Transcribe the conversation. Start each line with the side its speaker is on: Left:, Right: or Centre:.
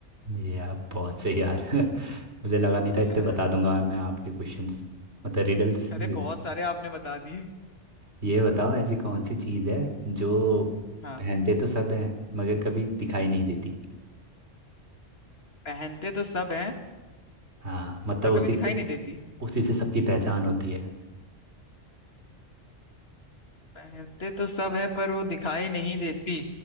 Right: ये आप बहुत सही यार <laughs> मुझे लगा नहीं था इतने
Left: <laughs>
Right: बता दूंगा मैं आपके क्वेश्चंस मतलब रिडल्स
Left: अरे
Right: जो भी।
Left: बहुत सारे आपने बता दिए
Right: ये बताओ ऐसी कौन सी चीज़ है जो
Left: हाँ
Right: पहनते तो सब है मगर कभी दिखाई नहीं देती
Left: पहनते तो सब हैं
Right: हाँ मतलब
Left: पर
Right: उसी
Left: कभी दिखाई
Right: से
Left: नहीं देती
Right: उसी से सबकी पहचान होती है
Left: पहनते तो सब हैं पर वो दिखाई नहीं देती